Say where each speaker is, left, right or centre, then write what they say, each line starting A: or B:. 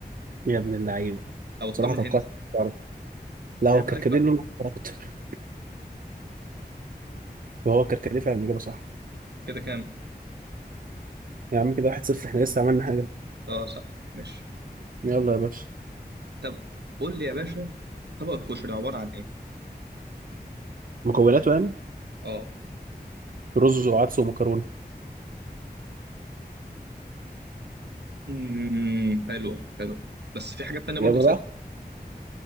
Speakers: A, on the right (about 55°); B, on the right (about 80°).
A: يا ابن اللعيبه
B: او الطمر
A: بصراحه توقعت
B: هندي
A: إنك تعرف لا هو
B: عيب
A: كركديه
B: عليك بقى
A: لونه احمر اكتر وهو كركديه فعلا اجابه صح
B: كده كام
A: يا عم كده واحد صفر احنا لسه عملنا حاجه
B: اه صح ماشي
A: يلا يا باشا
B: طب قول لي يا باشا طبق الكشري عبارة عن ايه
A: مكوناته يعني
B: اه
A: رز وعدس ومكرونه
B: امم حلو حلو بس في حاجات تانية
A: يلا
B: برضه ست
A: بقى